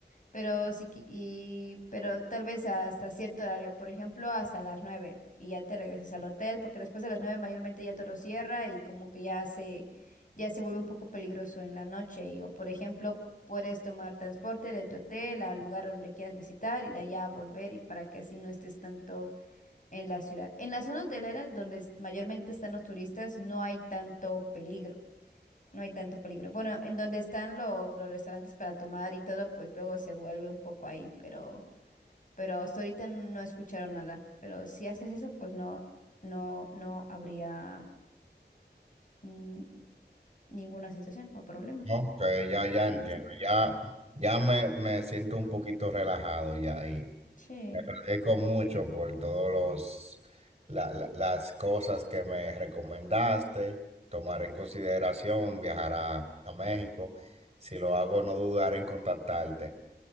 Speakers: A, on the left; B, on the right.
A: Pero sí, que- y, pero tal vez hasta cierto horario, por ejemplo, hasta las 9 y ya te regresas al hotel, porque después de las 9 mayormente ya todo cierra y como que ya se, ya se vuelve un poco peligroso en la noche. Y, o por ejemplo, puedes tomar transporte de tu hotel al lugar donde quieras visitar ir allá a volver y para que así no estés tanto en la ciudad. En la zona hotelera, donde es- mayormente están los turistas, no hay tanto peligro. No hay tanto peligro. Bueno, en donde están los, los restaurantes para tomar y todo, pues luego se vuelve un poco ahí, pero, pero hasta ahorita no escucharon nada. Pero si haces eso, pues no, no, no habría mm, ninguna situación o problema.
B: Ok, ya, ya
A: Sí,
B: entiendo, ya, ya me, me siento un poquito relajado ya y
A: sí,
B: te agradezco mucho por todos los, la- la- las cosas que me recomendaste, tomar en consideración viajar a, a México. Si lo hago, no dudaré en contactarte.